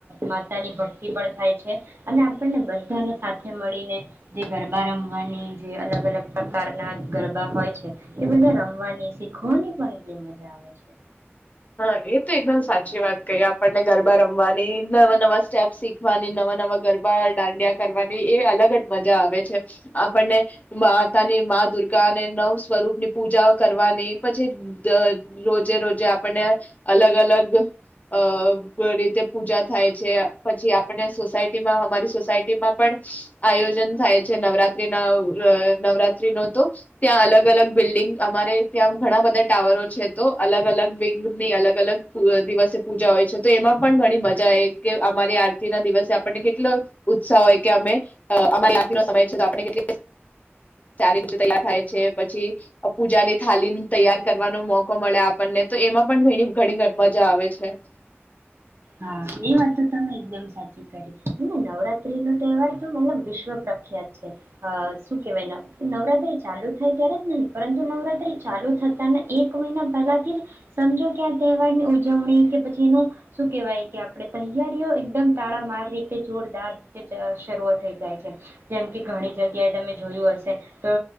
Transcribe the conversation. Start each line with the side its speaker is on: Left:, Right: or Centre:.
Right: માતાની ભક્તિ પણ થાય છે અને આપણને બધાને સાથે મળીને જે ગરબા રમવાની જે અલગ અલગ પ્રકારના ગરબા હોય છે એ બધા રમવાની શીખવાની પણ એટલી મજા આવે. અચ્છા.
Left: હા એ તો એકદમ સાચી વાત કહી આપણને ગરબા રમવાની નવા નવા સ્ટેપ શીખવાની નવા નવા ગરબા દાંડિયા કરવાની એ અલગ જ મજા આવે છે આપણને માતાની મા દુર્ગાને નવ સ્વરૂપ ની પૂજા કરવાની પછી રોજે રોજે અલગ અલગ અ રીતે પૂજા થાય છે પછી આપને સોસાયટીમાં હમારી સોસાયટીમાં પણ આયોજન થાય છે નવરાત્રીના નવરાત્રીનો તો ત્યાં અલગ અલગ બિલ્ડિંગ અમારે ત્યાં ઘણા બધા ટાવરો છે તો અલગ અલગ ની અલગ અલગ દિવસે પૂજા હોય છે તો એમાં પણ ઘણી મજા આવે કે અમારી આરતીના દિવસે આપણને કેટલો ઉત્સાહ હોય કે અમે અમારી આરતનો સમય છેટલી સારી રીતે તૈયાર થાય છે પછી પૂજાની થાલી તૈયાર કરવાનો મોકો મળે આપણને તો એમાં પણ ઘણી ઘણી મજા આવે છે.
Right: હા એ વાત તો તમે એકદમ સાચી કરી નવરાત્રીનો તહેવાર તો મતલબ વિશ્વ પ્રખ્યાત છે અ શું કેવાય નવરાત્રી ચાલુ થાય ત્યારે જ નહી પરંતુ નવરાત્રી ચાલુ થતાના એક મહિના પહેલાથી જ સમજો કે આ તહેવારની ઉજવણી કે પછી એનું શું કેવાય કે આપણે તૈયારીઓ એકદમ તાડામાર રીતે જોરદારીતે શરૂઆ થઈ જાય છે જેમ કે ઘણી જગ્યાએ તમે જોયું હશે તો